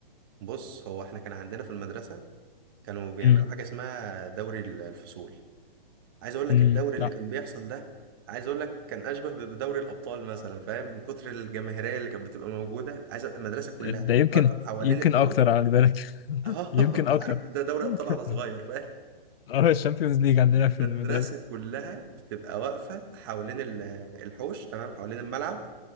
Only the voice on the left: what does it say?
امم
امم
لا
ده يمكن
يمكن
اكتر على بالك <laughs>
يمكن
اكتر
<laughs>
اه الشامبيونز ليج عندنا
في المدرسه